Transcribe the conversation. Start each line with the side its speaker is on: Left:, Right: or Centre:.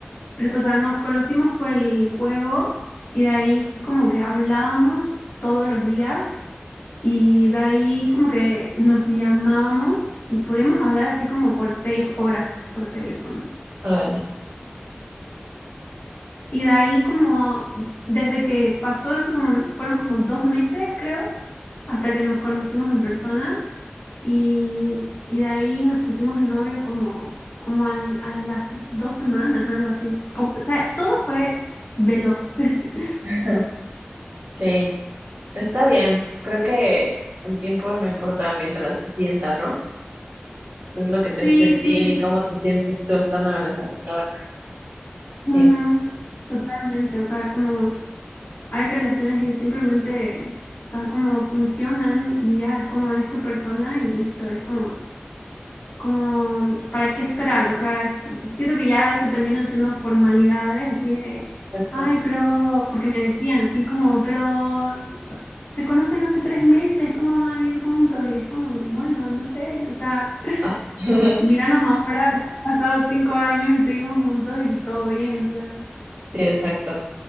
Left: o sea, nos conocimos por el juego y de ahí como que hablábamos todos los días y de ahí como que nos llamábamos y podíamos hablar así como por seis horas por teléfono.
Right: órale.
Left: Y de ahí como, desde que pasó eso, como fueron como dos meses, creo, hasta que nos conocimos en persona. Y, y de ahí nos pusimos de novio como, como al- a las dos semanas, algo así. Como- o sea, todo fue veloz. <laughs>
Right: <laughs> Sí. Pero está bien, creo que el tiempo no importa mientras se sienta, ¿no? Eso es lo que
Left: Sí,
Right: te hace sentir
Left: sí,
Right: y cómo te sientes tú estando con esa persona.
Left: ujú,
Right: Sí,
Left: totalmente. O sea, como hay relaciones que simplemente, o sea, como funcionan y ya es como es tu persona y listo. Es como, como, ¿para qué esperar? O sea, es- siento que ya eso terminan siendo formalidades, así de,
Right: exacto.
Left: ay, pero, porque me decían, así como, pero se conocen hace tres meses, ¿cómo van a vivir juntos? Y es como, bueno, no sé, o sea,
Right: Ah, <laughs>
Left: míranos ahora, <laughs> han pasado cinco años y seguimos juntos y todo bien, o sea,
Right: Sí, exacto.